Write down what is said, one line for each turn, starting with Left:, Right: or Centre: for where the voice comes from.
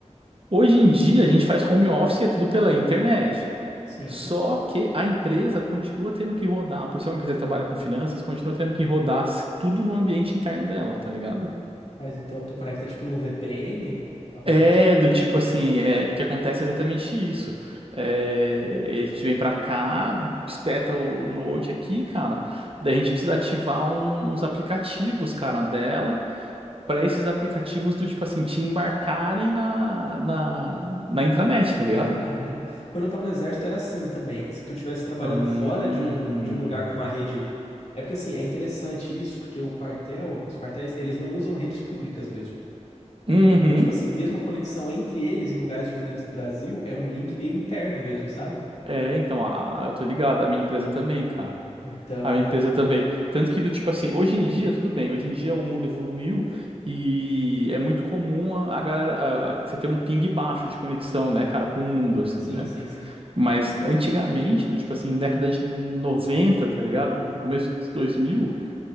Right: Hoje em dia a gente faz home office e é tudo pela internet.
Left: sim.
Right: Só que a empresa continua tendo que rodar, por ser uma empresa que trabalha com finanças, continua tendo que rodar tudo no ambiente interno dela, tá ligado?
Left: Mas então tu conecta tipo num VPN pra rodar.
Right: É,
Left: su-
Right: do tipo assim, é que acontece exatamente isso. É, a gente vem pra cá, espeta o Note aqui, cara. Daí a gente precisa ativar um- uns aplicativos, cara, dela, pra esses aplicativos do tipo assim, te embarcarem na, na, na intranet, tá ligado?
Left: Caramba. Quando eu tava no exército era assim também. Se tu estivesse trabalhando
Right: Hum,
Left: fora de um, de um lugar com uma rede. É porque assim, é interessante isso, porque o quartel, os quartéis, eles não usam redes públicas mesmo.
Right: uhum.
Left: Do tipo assim, mesmo a conexão entre eles em lugares diferentes do Brasil é um link meio interno mesmo, sabe?
Right: É, então, a- a- eu tô ligado, a minha empresa também, cara.
Left: Então,
Right: A minha empresa também. Tanto que do tipo assim, hoje em dia, tudo bem, hoje em dia o mundo evoluiu e é muito comum a, a galera, a- a- você ter um ping baixo de conexão, né, cara, com o mundo, assim,
Left: sim,
Right: né?
Left: sim, sim.
Right: Mas antigamente, do tipo assim, década de 90 tá ligado? No começo dos 2000,